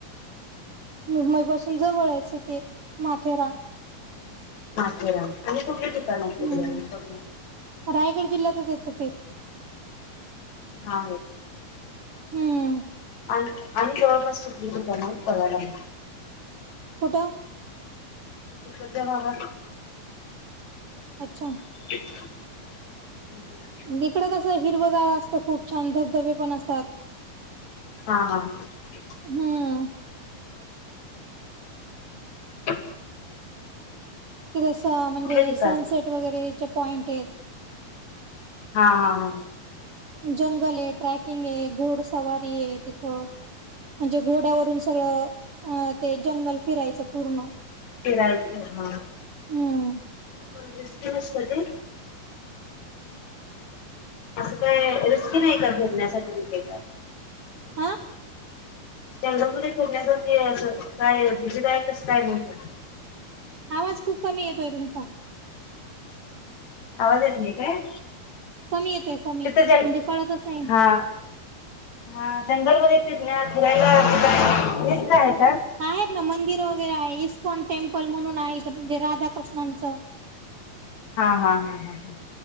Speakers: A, on the right; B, on the left.
A: मुंबई पासून जवळ ते माथेरान
B: माथेरान आणि कुठले ठिकाण आहे
A: हम्म
B: तिकडे बघण्यासाठि
A: रायगड जिल्ह्यातच येत हो ते
B: हा
A: हम्म
B: आणि आणि जवळपास कणार कळयला.
A: कुठं
B: क दे नावा
A: अच्छा
B: <unintelligible>
A: इकडं कसं हिरवगाळ असतं खूप छान धबधबे पण असतात.
B: हा हा ह
A: हम्म
B: अ
A: क जसं म्हणजे
B: ठिकाण?
A: सनसेट वगैरे जे पॉईंट आहेत.
B: हा हा हा
A: जंगल आहे ट्रॅकिंग आहे घोड सवारी आहे तिथ म्हणजे घोड्यावर. सगळं ते जंगल फिरायचं पूर्ण.
B: तेलाय हा
A: हम्म
B: पण रिस्ट नसत ते. असं काय रस्की नाही का फिरण्यासाठी विके का.
A: हा
B: चडंगरी फेडण्यासाठी अस काय भुतीदायकच काय नाहीत.
A: आवाज खूप कमी येतोय तुमचा.
B: आवाज ऐत नाही काय.
A: कमी येतय कमी
B: तिथं जंग
A: म्हणजे कळतच नाही.
B: हा हा जंगल म ति फिरायला दिसतय.
A: आहेत ना मंदिर वगैरे आहे इस्कॉन टेम्पल म्हणून आहेत म्हणजे राधाकृष्णांचं.
B: हा हा ह हा हा